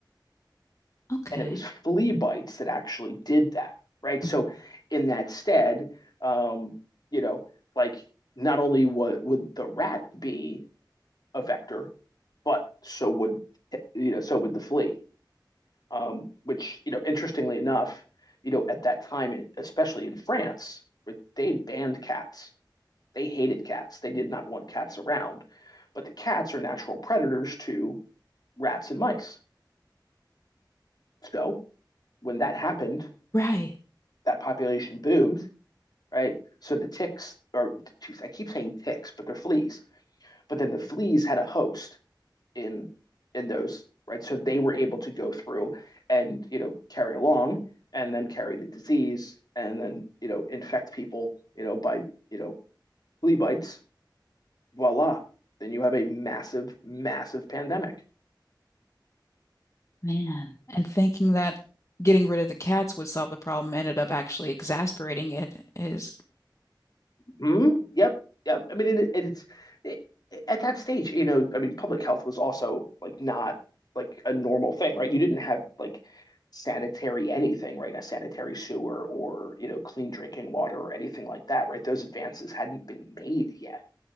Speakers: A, on the left; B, on the left.
A: Okay.
B: and it was flea bites that actually did that, right?
A: hmm
B: So in that stead, um, you know, like not only would, would the rat be a vector, but so would you know, so would the flea. Um, which, you know, interestingly enough, you know, at that time, especially in France, right, they banned cats. They hated cats. They did not want cats around. But the cats are natural predators to rats and mice. So when that happened,
A: Right.
B: that population boomed right? So the ticks, or geez, I keep saying ticks, but they're fleas. But then the fleas had a host in in those, right? So they were able to go through and you know carry along, and then carry the disease, and then you know infect people, you know by you know flea bites. Voila! Then you have a massive, massive pandemic.
A: Man. And thinking that getting rid of the cats would solve the problem ended up actually exasperating it is
B: Mm, yep, yep. I mean, it, it, it's it, at that stage, you know, I mean, public health was also like not like a normal thing, right? You didn't have like sanitary anything, right? A sanitary sewer or, you know, clean drinking water or anything like that, right? Those advances hadn't been made yet,